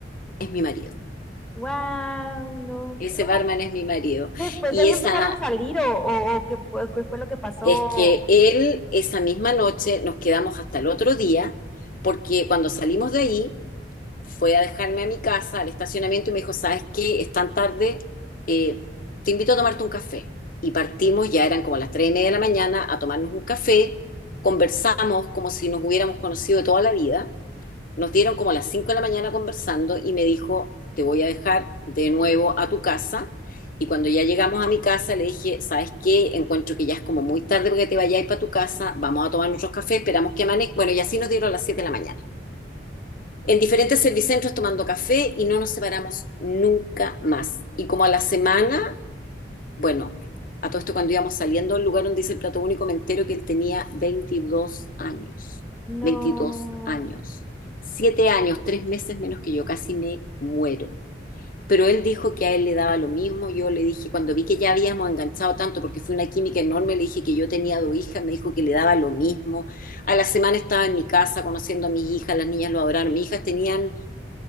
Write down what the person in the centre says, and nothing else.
Wow, no,
qué romántico.
Después
de ahí
empezaron a salir o, o, o qué, fue qué fue lo que pasó.
No.